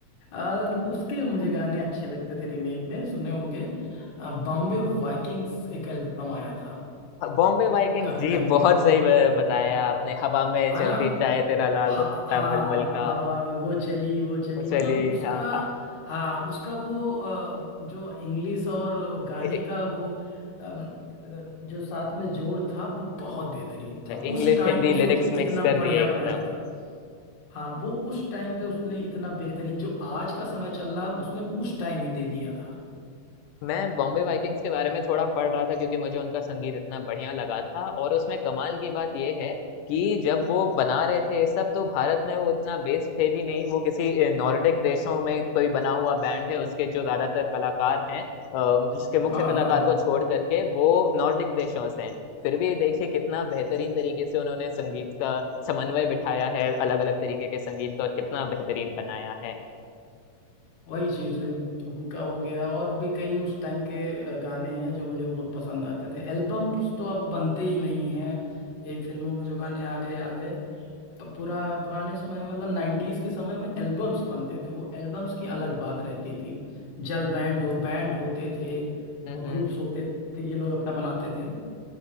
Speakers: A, on the left (about 45°); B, on the left (about 80°).
A: <laughs> आ, उसके मुझे गाने अच्छे लगते थे रीमेक में सुने होंगे बॉम्बे वाइकिंग्स एक एल्बम आया था
B: हाँ, बॉम्बे वाइकिंग्स
A: काफी
B: जी
A: टाइम पहले
B: बहुत सही ब- बताया आपने हवा में
A: है
B: चलती
A: ना
B: चाहे तेरा लाल
A: हाँ
B: दुपट्टा
A: हाँ
B: मलमल का
A: हाँ, हवा में वो चली वो चली मतलब
B: चली
A: उसका
B: हाँ
A: हाँ उसका वो अ, जो इंग्लिश और गाने
B: हाँ
A: का वो अम, अ, जो साथ में जोड़ था वो बहुत बेहतरीन था उस
B: इंग्लिश
A: टाइम
B: हिंदी
A: पे सोचो
B: लिरिक्स
A: इतना
B: मिक्स
A: बढ़िया
B: कर दिए एकदम
A: बनाया था हाँ वो उस टाइम पे उसने इतना बेहतरीन जो आज का समय चल रहा है उसने उस टाइम ही दे दिया था
B: मैं बॉम्बे वाइकिंग्स के बारे में थोड़ा पढ़ रहा था क्योंकि मुझे उनका संगीत इतना बढ़िया लगा था और उसमें कमाल की बात यह है कि जब वो बना रहे थे ये सब तो भारत में वो उतना बेस्ड थे भी नहीं वो किसी नॉर्डिक देशों में कोई बना हुआ बैंड है उसके जो ज्यादातर कलाकार हैं अ, उसके मुख्य
A: हाँ
B: कलाकार
A: हाँ हाँ
B: को छोड़ करके वो नॉर्डिक देशों से हैं फिर भी देखिए कितना बेहतरीन तरीके से उन्होंने संगीत का समन्वय बिठाया है अलग अलग तरीके के संगीत का और कितना बेहतरीन बनाया है
A: वही चीज उनका हो गया और भी कई उस टाइम के अ, गाने हैं जो मुझे बहुत पसंद आते थे एल्बम्स तो अब बनते ही नहीं हैं ये फिल्मों में जो गाने आ गए आ गए प- पुरा पुराने समय में, मतलब नाइन्टीज के समय में एल्बम्स बनते थे वो एल्बम्स की अलग बात रहती थी जल बैंड हो बैंड होते थे
B: हम्म,
A: और ग्रुप्स
B: हम्म।
A: होते थे ये लोग अपना बनाते थे